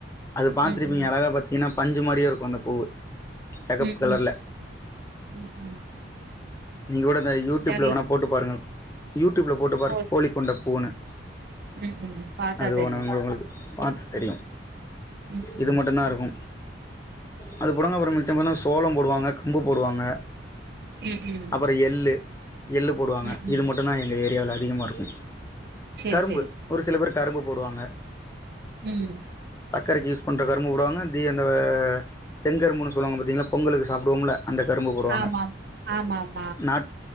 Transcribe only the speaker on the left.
அது பாத்துருப்பீங்க
அழகா பாத்தீங்னா பஞ்சு மாரியே இருக்கு அந்த பூவு செகப்பு
கலர்ல
நீங்கூட இந்த யூடியூப்ல
வேணா போட்டு பாருங்க யூடியூப்ல போட்டு பாருங்க
கோழி கொண்ட பூனு
அது
ஒன்ன உங்ளு உங்ளுக்கு பாத்தா தெரியு
இது மட்டுந்தாருக்கு அது புடுங்கப்றோ மிச்சோ போனா சோளோ போடுவாங்க கம்பு போடுவாங்க
அப்றோ எள்ளு எள்ளு போடுவாங்க
இது
மட்டுந்தா எங்க ஏரியால அதிகமாருக்கு
கரும்பு
ஒரு சில பேர் கரும்பு போடுவாங்க
சக்கரைக்கி யூஸ் பண்ற கரும்பு போடுவாங்க தி அந்தவ செங்கரும்புனு சொல்வாங்க பாத்தீங்ளா பொங்கல்க்கு சாப்டுவோம்ல அந்த கரும்பு போடுவாங்க
நாட்